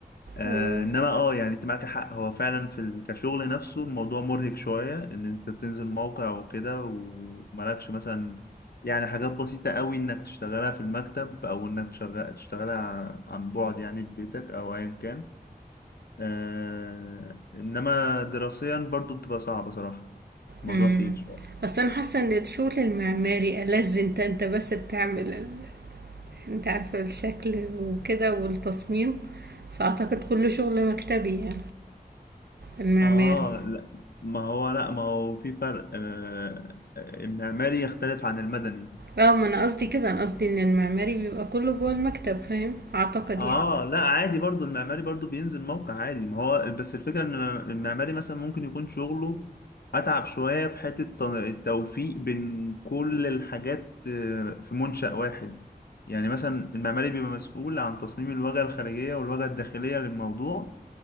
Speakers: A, on the left; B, on the right.
A: آه
B: اه
A: انما اه يعني انت معاك حق هو فعلا في ال- كشغل نفسه الموضوع مرهق شوية ان انت بتنزل موقع وكده ومالكش مثلا يعني حاجات بسيطة قوي انك تشتغلها في المكتب او انك تشغل تشتغلها ع- عن بعد يعني في بيتك او ايا كان آه انما دراسيا برضو بتبقى صعبة صراحة الموضوع
B: امم
A: تقيل شوية
B: بس انا حاسة ان الشغل المعماري ألذ انت انت بس بتعمل ال... انت عارفة الشكل وكده والتصميم فاعتقد كله شغل مكتبي يعني المعماري
A: اه لا ما هو لا ما هو في فرق آه المعماري يختلف عن المدني
B: اه ما انا قصدي كده انا قصدي ان المعماري بيبقى كله جوه المكتب فاهم اعتقد
A: اه
B: يعني
A: لا عادي برضو المعماري برضو بينزل موقع عادي ما هو بس الفكرة ان المعماري مثلا ممكن يكون شغله اتعب شوية في حتة الت- التوفيق بين كل الحاجات آه، في منشأ واحد يعني مثلا المعماري بيبقى مسؤول عن تصميم الواجهة الخارجية والواجهة الداخلية للموضوع